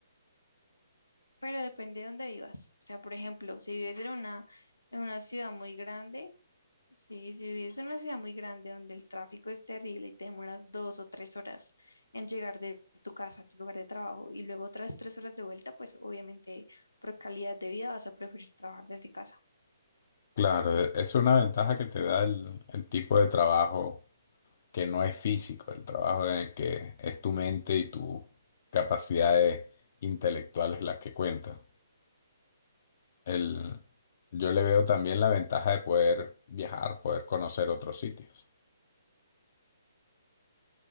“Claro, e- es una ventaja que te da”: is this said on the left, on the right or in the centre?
Left